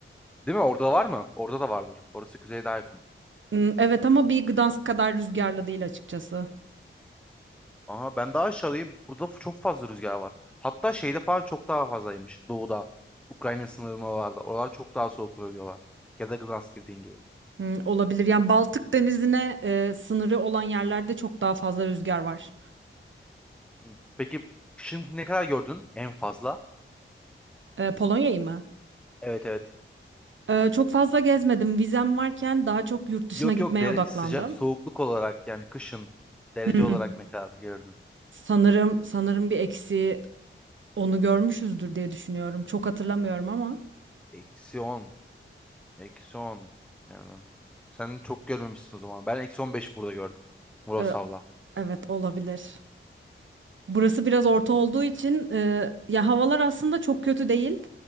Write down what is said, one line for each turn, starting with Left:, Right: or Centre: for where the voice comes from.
Centre: Değil mi? Orada var mı? Orada da vardır. Orası kuzeye daha yakın.
Right: Hmm, Evet ama bir Gdansk kadar rüzgarlı değil açıkçası.
Centre: Aha ben daha aşağıdayım. Burada çok fazla rüzgar var. Hatta şeyde falan çok daha fazlaymış. Doğuda. Ukrayna sınırının oralarda. Oralar çok daha soğuk oluyor diyorlar. Ya da Gdansk dediğin gibi.
Right: Hmm, Olabilir. Yani Baltık Denizi'ne e, sınırı olan yerlerde çok daha fazla rüzgar var.
Centre: Hı. Peki kışın ne kadar gördün en fazla?
Right: E, Polonya'yı mı?
Centre: Evet evet.
Right: Ee, çok fazla gezmedim. Vizem varken daha çok yurt dışına
Centre: Yok
Right: gitmeye
Centre: yok dere
Right: odaklandım.
Centre: sıcak soğukluk olarak yani kışın derece
Right: Hmm.
Centre: olarak ne kadar gördün?
Right: Sanırım sanırım bir eksiği onu görmüşüzdür diye düşünüyorum. Çok hatırlamıyorum ama
Centre: Eksi 10, Eksi on. Yani sen çok görmemişsin o zaman. Ben eksi 15 burada gördüm. Murasav'la.
Right: e, evet olabilir. Burası biraz orta olduğu için e, ya havalar aslında çok kötü değil.